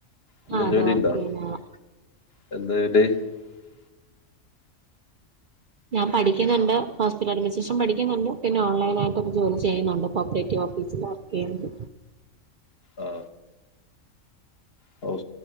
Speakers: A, on the left; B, on the right.
A: എന്താ
B: ആഹ അത
A: ജോലി
B: വർക്കേയുന്നാളാ.
A: ഉണ്ടോ <unintelligible>
B: ഞാൻ പഠിക്കുണ് ണ്ട്. ഹോസ്പിറ്റലഡ്മിനിസ്ട്രേഷൻ പഠിക്കുന്നുണ്ട്. പിന്നെ ഓൺലൈനായിട്ടു ഒരു ജോലി ചെയ്യുന്നുണ്ട് കോഓപ്പറേറ്റീവോ ഫീസില് വർക്കെയണ്ട്.
A: ആ ഓ